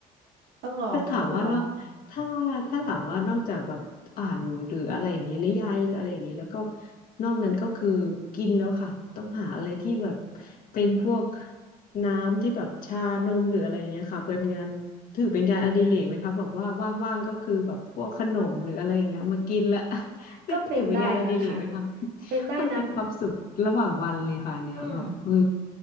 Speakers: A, on the right (about 80°); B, on the left (about 55°).
A: ต้องลองค่ะต้องลอง
B: ถ้าถามว่านอกถ้าถ้าถามว่านอกจากแบบอ่านหรืออะไรอย่างนี้นิยายหรืออะไรอย่างนี้แล้วก็นอกนั้นก็คือกินแล้วค่ะ ต้องหาอะไรที่แบบเป็นพวกน้ำที่แบบชานมหรืออะไรอย่างเงี้ยค่ะเป็นงานถือเป็นงานอดิเรกไหมคะแบบว่าว่างๆก็คือแบบพวกขนมหรืออะไรอย่างเงี้ยเอามากินละ <laughs> เป็น
A: ก็เป็นได้นะคะ
B: <laughs> ถือเป็นงานอดิเรกไหมคะ
A: เป็นได้นะ
B: มันเป็นความสุขระหว่างวันเลยค่ะอันเนี้ยแบบเออ
A: อืม